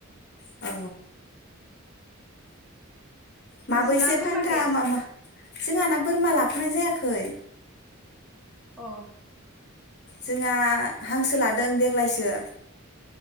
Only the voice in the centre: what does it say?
नोंसोरना बोरमा
गैया
अ